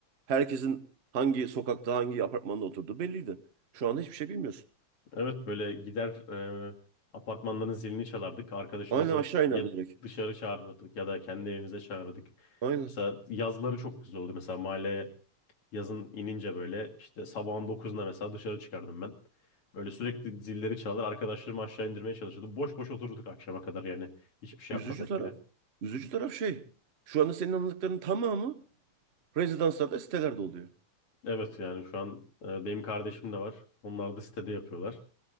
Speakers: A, on the right; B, on the left.
A: Herkesin hangi sokakta, hangi apartmanda oturduğu belliydi. Şu anda hiçbir şey bilmiyorsun.
B: Evet böyle gider e, apartmanların zilini çalardık. Arkadaşımızı
A: Aynen aşağı inerdi
B: ya
A: direkt.
B: dışarı çağırırdık ya da kendi evimize çağırırdık.
A: Aynen.
B: Mesela yazları çok güzel oldu. Mesela mahalleye yazın inince böyle işte sabahın dokuzunda mesela dışarı çıkardım ben. Böyle sürekli zilleri çalar arkadaşlarımı aşağı indirmeye çalışırdım. Boş boş otururduk akşama kadar yani hiçbir şey
A: Üzücü
B: yapmasak
A: taraf,
B: bile.
A: üzücü taraf şey. Şu anda senin anlattıklarının tamamı rezidanslarda, sitelerde oluyor.
B: Evet yani şu an e, benim kardeşim de var. Onlar da sitede yapıyorlar.